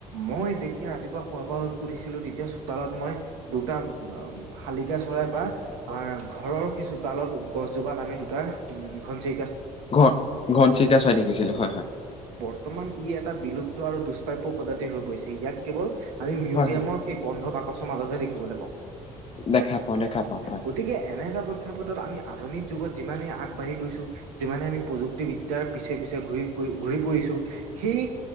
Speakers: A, on the right; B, on the left.
A: মই যে- যেতিয়া ৰাতিপুৱা শোৱাৰ পৰা উঠিছিলো তেতিয়া চোতালত মই দুটা শালিকা চৰাই বা আমাৰ ঘৰৰ সেই চোতালত হেই গছজোপাত আমি দুটা উম ঘনচি
B: ঘন ঘনচিকা চাৰাই দেখিছিলোঁ হয় হয়।
A: বৰ্তমান ই এটা বিলুপ্ত আৰু দুষ্প্ৰাপ্য প্ৰজাতি হৈ পৰিছে ইয়াক কেৱল আমি মিউজিয়ামৰ
B: হয় হয়
A: সেই বন্ধ বাকচৰ মাজতহে দেখিবলৈ পাওঁ।
B: দেখা পাওঁ দেখা পাওঁ হয়
A: গতিকে এনে এটা প্ৰেক্ষাপটত আমি আধুনিক যুগত যিমানেই আগ আগবাঢ়ি গৈছো যিমানে আমি প্ৰযুক্তিবিদ্যাৰ পিছে পিছে ঘূৰি ফুৰি ঘূৰি ফুৰিছো সেই